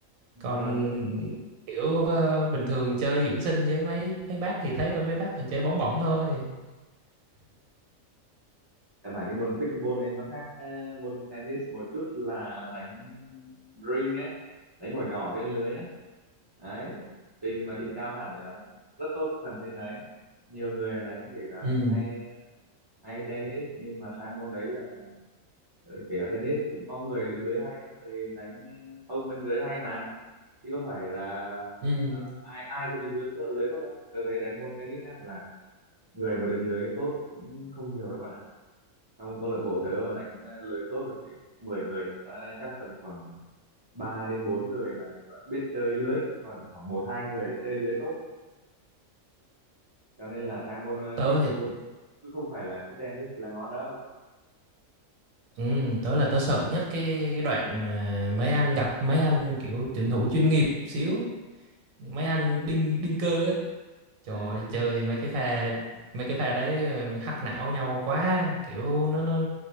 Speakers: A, on the right; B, on the right.
A: vào
B: còn
A: dễ
B: kiểu ờ, bình thường chơi dưỡng sinh với mấy mấy bác thì thấy thôi mấy bác toàn chơi bóng bổng thôi
A: căn bản cái môn pickleball anh nó khác ờ, môn tennis một chút là đánh ring á đánh bỏ nhỏ trên lưới á đấy trình mà trình cao hẳn để đánh rất tốt phần trên đấy nhiều người là đánh kể cả
B: ừ
A: đánh hay hay tennis nhưng mà sang môn đấy là ờ, kể cả tennis cũng có người đứng lưới hay có người đánh ờ, phông bên dưới hay mà chứ có phải là
B: Ừ,
A: là, là ai ai cũng đứng lưới tốt lưới tốt đâu tôi thấy đánh môn tennis nhá là người mà đứng lưới tốt cũng không nhiều đâu bạn ạ trong câu lạc bộ tớ mà đánh ờ, lưới tốt rồi thì 10 người thì ta chắc tầm khoảng 3 đến 4 người là gọi là biết chơi lưới còn khoảng một hai người là chơi lưới tốt cho nên là sang môn ờ,
B: tớ
A: pickleball
B: thì
A: cứ không phải là cứ tennis là ngon đâu
B: ừ, tớ là tớ sợ nhất cái cái đoạn mà mấy anh gặp mấy anh kiểu tuyển thủ chuyên nghiệp xíu mấy anh đinh đinh cơ ấy trời
A: à,
B: ơi, chơi mấy cái pha mấy cái pha đấy ờ, hắc
A: <laughs>
B: não nhau quá kiểu nó nó